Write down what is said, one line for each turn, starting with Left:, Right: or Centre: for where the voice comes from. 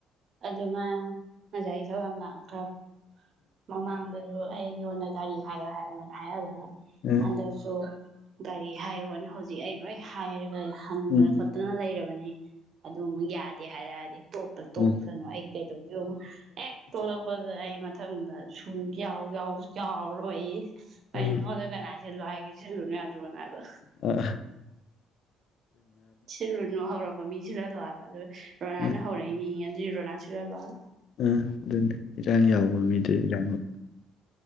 Right: ꯑꯗꯨ ꯃꯥ ꯉꯁꯥꯏ ꯏꯁꯨ ꯌꯥꯝ ꯂꯥꯛꯑ ꯈ꯭ꯔꯕꯅꯦ ꯃꯃꯥꯡꯗ ꯑꯗꯨ ꯑꯩ ꯌꯣꯟꯗ ꯒꯥꯔꯤ ꯍꯥꯏꯌꯣ ꯍꯥꯏꯌꯣ ꯅ ꯍꯥꯏꯍꯜꯂꯒ
Left: ꯎꯝ
Right: ꯍꯟꯗꯛꯁꯨ ꯒꯥꯔꯤ ꯍꯥꯏꯌꯣꯅ ꯍꯧꯖꯤꯛ ꯑꯩ ꯂꯣꯏ ꯍꯥꯏꯔꯒ ꯍꯪꯗꯅ
Left: ꯎꯝ
Right: ꯈꯣꯠꯇꯅ ꯂꯩꯔꯕ ꯑꯗꯨꯨꯃꯨꯛ ꯌꯥꯗꯦ ꯍꯥꯏꯔꯛꯑꯗꯤ ꯇꯣꯛꯇ ꯇꯣꯛꯇꯁꯨ
Left: ꯎꯝ
Right: ꯑꯩ ꯀꯩꯗꯧꯒꯦ ꯌꯦꯉꯨ ꯍꯦꯛ ꯇꯣꯂꯛꯄꯗ ꯑꯩ ꯃꯊꯪꯗ ꯁꯨꯝ ꯌꯥꯎ ꯌꯥꯎꯕꯁꯨ ꯌꯥꯎꯔꯔꯣꯏ ꯑꯩ
Left: ꯎꯝ
Right: ꯅꯉꯣꯟꯗ ꯀꯅꯥ ꯁꯤꯜꯂꯨ ꯍꯥꯏꯒꯦ ꯁꯤꯜꯂꯨꯅꯣ ꯌꯥꯗ꯭ꯔꯣꯅꯥ ꯍꯥꯏꯕ
Left: ꯑ
Right: ꯁꯤꯜꯂꯨꯅꯨ ꯍꯧꯔꯛꯄ ꯃꯤ ꯁꯤꯟꯍꯜꯂꯣ ꯍꯥꯏꯕ ꯑꯗꯨ ꯔꯣꯅꯥꯅ
Left: ꯎꯝ
Right: ꯍꯧꯔꯛꯏꯅꯦꯌꯦ ꯑꯗꯨꯗꯤ ꯔꯣꯅꯥ ꯁꯤꯟꯍꯜꯂꯣ ꯍꯥꯏꯕ
Left: ꯎꯝ ꯑꯗꯨꯅꯤ ꯏꯔꯥꯡ ꯌꯥꯎꯕ ꯃꯤꯗ ꯏꯔꯥꯡ